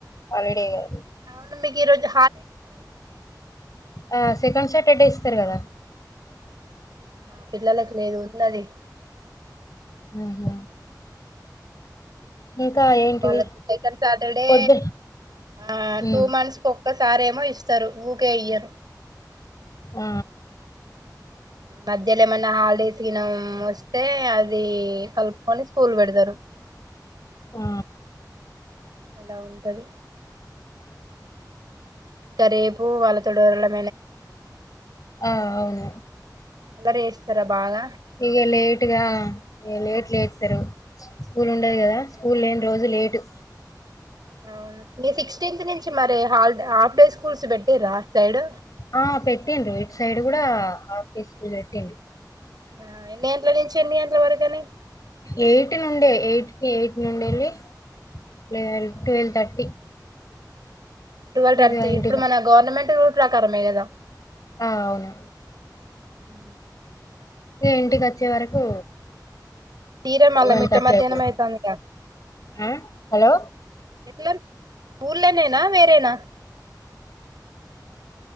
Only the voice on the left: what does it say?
హాలిడే కద
ఆ సెకండ్ సెట్టర్డే ఇస్తారు కదా
హుహు. ఇంకా ఏంటిది?
పొద్దు
హ్మ్.
ఆ
ఆ
ఆ అవును
ఇక లేట్గా లేట్ లేస్తారు స్కూల్ ఉండది
కదా స్కూల్ లేని రోజులు లేట్ టిత్
ఆ పెట్టిర్రు ఇట్ సైడ్ గూడా ఆఫ్ డే స్కూల్ పెట్టిడు
ఎయిట్ నుండే ఎయిట్కి ఎయిట్ నుండే లి లెవన్ ట్వెల్వ్ థర్టీ
ఇక ఇంటికి
వస్-
ఆ అవును
ఇగ ఇంటికి వచ్చే వరకు
వన్
థర్టీ
అయితది
ఆ హలో